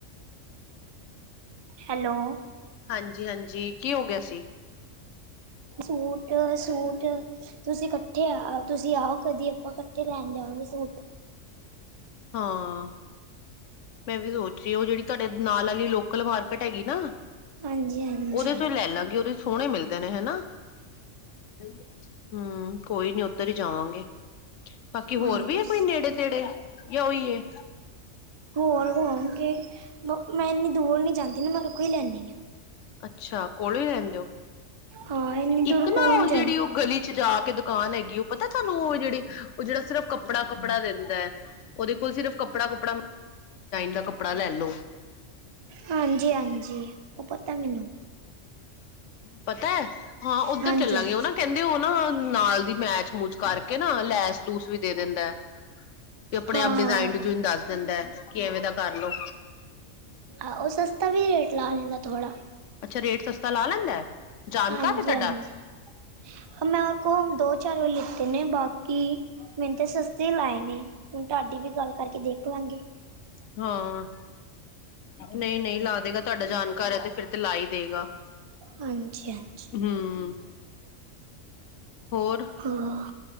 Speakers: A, on the right (about 40°); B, on the left (about 70°).
A: ਹੈਲੋ।
B: ਹਾਂਜੀ ਹਾਂਜੀ ਕੀ ਹੋ ਗਿਆ ਸੀ।
A: ਸੂਟ- ਸੂਟ ਤੁਸੀਂ ਇਕੱਠੇ ਆ ਤੁਸੀਂ ਆਓ ਕਦੀ, ਆਪਾਂ ਇਕੱਠੇ ਲੈਣ ਜਾਵਾਂਗੇ ਸੂਟ।
B: ਹਾਂ। ਮੈਂ ਵੀ ਸੋਚ ਰਹੀ, ਉਹ ਜਿਹੜੀ ਤੁਹਾਡੇ ਨਾਲ ਵਾਲੀ ਲੋਕਲ ਮਾਰਕੀਟ ਹੈਗੀ ਨਾ।
A: ਹਾਂਜੀ ਹਾਂਜੀ
B: ਉਹਦੇ ਤੋਂ ਲੈ ਲਾਗੀ। ਉਹਦੇ ਸੋਹਣੇ ਮਿਲਦੇ ਨੇ ਹੈਨਾ। ਹਾਂਜੀ। ਹੂ, ਕੋਈ ਨੀ ਉੱਧਰ ਹੀ ਜਾਵਾਂਗੇ। ਬਾਕੀ
A: ਹਾਂ
B: ਹੋਰ ਵੀ
A: ਤੁਸੀਂ
B: ਹੈ ਕੋਈ ਨੇੜੇ ਤੇੜੇ। ਯਾ ਓਹੀ ਹੈ।
A: ਹੋਰ ਹੋਣਗੇ ਮ ਮੈਂ ਇਨੀ ਦੂਰ ਨਹੀਂ ਜਾਂਦੀ ਨਾ‌। ਮੈਂ ਏਦੇ ਕੋਲੋ ਹੀ ਲੈਂਦੀ ਹਾਂ।
B: ਅੱਛਾ ਕੋਲੋਂ ਹੀ ਰਹਿੰਦੇ ਹੋ।
A: ਹਾਂ ਇੰਨੀ ਦੂਰ
B: ਇੱਕ ਨਾ
A: ਕੌਣ
B: ਉਹ
A: ਜਾਏ
B: ਜਿਹੜੀ ਉਹ ਗਲੀ, ਵਿੱਚ ਜਾ ਕੇ ਦੁਕਾਨ ਹੈਗੀ, ਉਹ ਪਤਾ ਤੁਹਾਨੂੰ ਉਹ ਜਿਹੜੀ, ਉਹ ਜਿਹੜਾ ਸਿਰਫ਼ ਕੱਪੜਾ, ਕੱਪੜਾ ਦਿੰਦਾ। ਉਹਦੇ ਕੋਲ ਸਿਰਫ਼ ਕੱਪੜਾ, ਕੁੱਪੜਾ? ਡਿਜਾਈਨ ਦਾ ਕੱਪੜਾ ਲੈ ਲਓ।
A: ਹਾਂਜੀ- ਹਾਂਜੀ ਉਹ ਪਤਾ ਮੈਨੂੰ।
B: ਪਤਾ ਹੈ ਹਾਂ ਉੱਧਰ
A: ਹਾਂਜੀ
B: ਚੱਲਾਂਗੇ
A: ਹਾਂਜੀ
B: ਉਹ ਨਾ ਕਹਿੰਦੇ ਉਹ ਨਾ ਨਾਲ ਦੀ ਮੈਚ ਮੂਜ ਕਰਕੇ ਨਾ ਲੈਸ- ਲੂਸ ਵੀ ਦੇ ਦਿੰਦਾ ਹੈ, ਤੇ ਆਪਣੇ
A: ਹਾਂ
B: ਆਪ ਡਿਜ਼ਾਇਨ-ਡੁ-
A: ਹਾਂ
B: ਦੱਸ ਦਿੰਦਾ ਐ, ਕਿ ਐਵੇਂ ਦਾ ਕਰ ਲਓ
A: ਆਹ, ਉਹ ਸਸਤਾ ਵੀ ਰੇਟ ਲਾ ਲੈਂਦਾ ਥੋੜਾ।
B: ਅੱਛਾ, ਰੇਟ ਸਸਤਾ ਲਾ ਲੈਂਦਾ? ਜਾਣਕਾਰ
A: ਹਾਂਜੀ-
B: ਹੈ ਤੁਹਾਡਾ
A: ਹਾਂਜੀ। ਹ ਮੈਂ ਉਹਰ ਕੋ, ਦੋ ਚਾਰ ਹੀ ਲਿਖਤੇ ਨੇ ਬਾਕੀ ਮੈਨ ਤੇ ਸ- ਸੇਮ ਲਾਏ ਨੇ, ਹੁਣ ਤੁਹਾਡੀ ਵੀ ਗੱਲ ਕਰਕੇ ਦੇਖ ਲਾਂਗੀ।
B: ਹਾਂ। ਨਹੀਂ- ਨਹੀਂ ਲਾ ਦੇਗਾ, ਤੁਹਾਡਾ ਜਾਣਕਾਰ ਹੈ ਤੇ ਫੇਰ ਤੇ ਲਾ ਹੀ ਦੇਗਾ।
A: ਹਾਂਜੀ ਹਾਂਜੀ
B: ਹੂੰ, ਹੋਰ?
A: ਹਾਂ